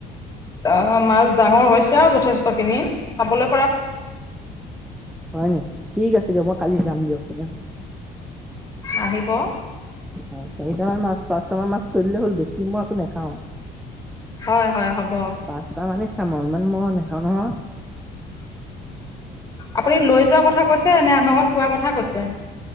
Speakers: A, on the left; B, in the centre.
A: অ মাছ ডাঙৰ হৈছে হৈছে যথেষ্টখিনি খাবলে
B: হয় নেকি ঠিক আছে দিয়ক মই কালি যাম দিয়ক তেনেহলে
A: আহিব।
B: হয় চাৰিটা মান মাছ পাঁচ টা মাছ থৈ দিলে হল বেছি। মই একো নাখাওঁ
A: হয় হয় হ'ব
B: পাঁচটা মানে খাম আও ইমান মই নে- নেখাওঁ নহয়।
A: আপুনি লৈ যোৱা কথা কৈছে নে আমাৰ ঘৰত খোৱা কথা কৈছে।